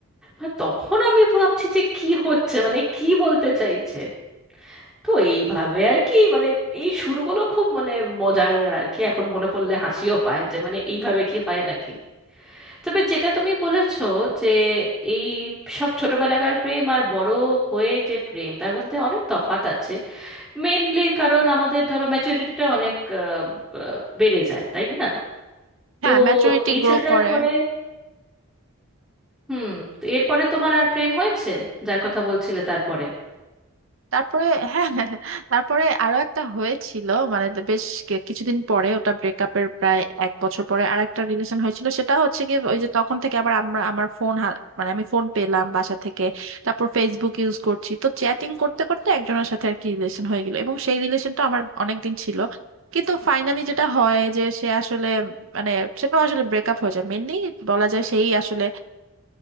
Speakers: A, in the centre; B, on the right.
A: আর তখন আমি ভাবছি যে কি হচ্ছে মানে কি বলতে চাইছে তো এইভাবে আর কি মানে এই শুরুগুলো খুব মানে মজার আর কি এখন মনে পড়লে হাসিও পায় যে মানে এইভাবে কি হয় নাকি তবে যেটা তুমি বলেছো যে এই সব ছোটবেলাকার প্রেম আর বড় হয়ে যে প্রেম তার মধ্যে অনেক তফাত আছে মেইনলি কারণ আমাদের ধরো ম্যাচুরিটিটা অনেক আহ, ব- বেড়ে যায় তাই না তো
B: হ্যাঁ ম্যাচুরিটি
A: এই
B: গ্রো
A: ছেলেটার
B: করে
A: পরে হুম তো এরপরে তোমার আর প্রেম হয়েছে যার কথা বলছিলে তারপরে
B: তারপরে <laughs> হ্যাঁ হ্যাঁ হ্যাঁ। তারপরে আরো একটা হয়েছিল মানে তো বেশ কি- কিছুদিন পরে ওটা ব্রেকআপের প্রায় এক বছর পরে আর একটা রিলেশন হয়েছিল সেটা হচ্ছে গিয়ে ওই যে তখন থেকে আবার আমরা আমার ফোন মানে আমি ফোন পেলাম বাসা থেকে তারপর ফেসবুক ইউজ করছি তো চ্যাটিং করতে করতে একজনের সাথে আর কি রিলেশন হয়ে গেল এবং সেই রিলেশনটা আমার অনেক দিন ছিল কিন্তু ফাইনালি যেটা হয় যে সে আসলে মানে সেটাও আসলে ব্রেকআপ হয়ে যায় মেনলি বলা যায় সেই আসলে